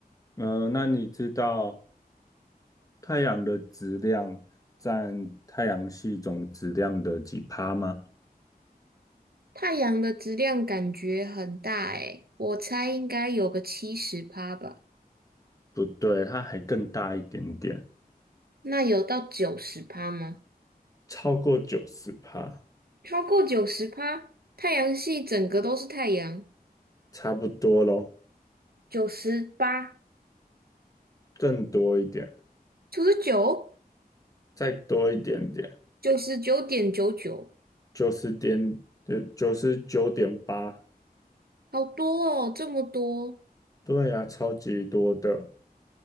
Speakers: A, on the left; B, on the right.
A: 嗯、那你知道太阳的质量占太阳系总质量的几趴吗？
B: 太阳的质量感觉很大诶，我猜应该有个七十趴吧？
A: 不对，它还更大一点点，
B: 那有到九十趴吗？
A: 超过九十趴，
B: 超过九十趴，太阳系整个都是太阳，
A: 差不多咯，
B: 九十八。
A: 更多一点。
B: 九十九，
A: 再多一点点，
B: 九十九点九九，
A: 九十点，呃，九十九点八，
B: 好多哦，这么多。
A: 对呀、超级多的，